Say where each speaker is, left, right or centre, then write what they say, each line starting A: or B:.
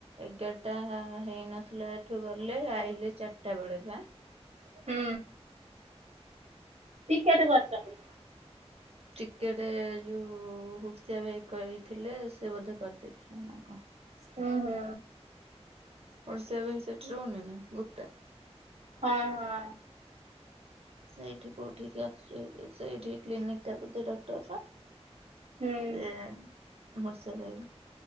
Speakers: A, on the right; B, on the right.
A: ଏଗାରଟା ହେଇନଥିଲା ଏଠୁ ଗଲେ ଆଇଲେ ଚାରିଟା ବେଳେ ପା।
B: ହୁଁ। ଟିକେଟେ କରିଚନ୍ତି।
A: ଟିକେଟେ ଯୋଉ ହର୍ସିଆ ଭାଇ କହିଥିଲେ ସେ ବୋଧେ କରି ଦେଇଥିଲେ ନା କଣ।
B: ଉଁହୁଁ।
A: ହୁର୍ସିଆ ଭାଇ ସେଠି ରହୁନି ନା ଗୁ
B: ହଁ ହଁ।
A: ସେଇଠି କୋଉଠିକି ଆସୁଚି ଏ ସେଇଠି କ୍ଲିନିକଟା ବୋଧେ ଡକ୍ଟରର।
B: ହୁଁ
A: ସିଏ ହୁର୍ସିଆ ଭାଇ